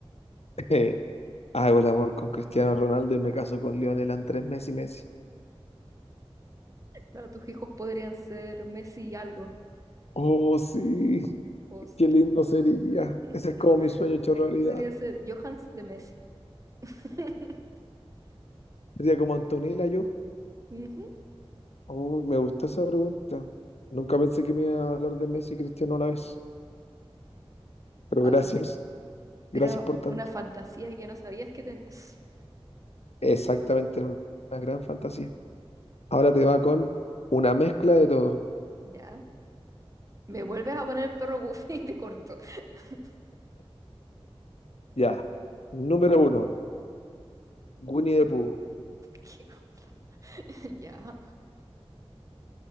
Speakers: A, on the left (about 85°); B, on the right (about 30°).
A: <laughs> Eh, hago el amor con Cristiano Ronaldo y me caso con Lionel Andrés Messi Messi.
B: Claro, tus hijos podrían ser Messi y algo.
A: Oh, sí, <laughs>
B: O sí.
A: qué lindo sería.
B: <laughs>
A: Ese es como mi sueño hecho realidad.
B: Podría ser Johans de Messi. <laughs>
A: Sería como Antonella yo.
B: Ujú.
A: Uy, me gustó esa pregunta. Nunca pensé que me iba a hablar de Messi y Cristiano a la vez. Pero
B: Ah,
A: gracias. Gracias
B: era
A: por tanto.
B: una fantasía que no sabías que tenías. <sighs>
A: Exactamente, era una gran fantasía. Ahora te va con una mezcla de todo.
B: Ya. Me vuelves a poner el perro Goofy y te corto. <laughs>
A: Ya. Número uno, Winnie the Pooh.
B: Qué hue- <laughs> Ya.